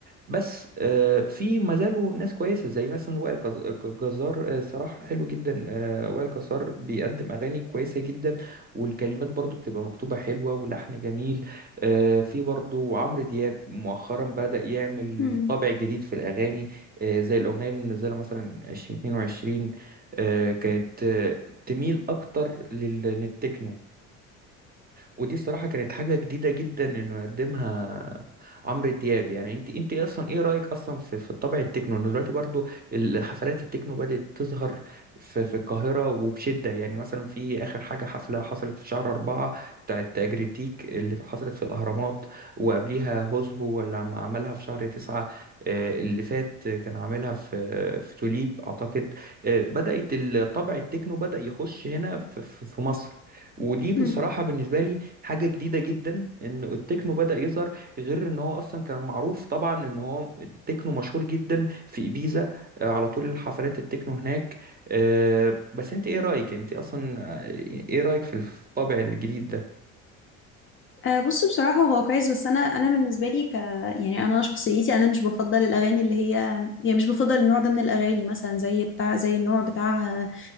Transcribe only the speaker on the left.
مم.
مم.
أه بص بصراحة هو كويس بس أنا أنا بالنسبة لي ك يعني أنا شخصيتي أنا مش بفضل الأغاني اللي هي يعني مش بفضل النوع ده من الأغاني مثلا زي بتاع زي النوع بتاع أه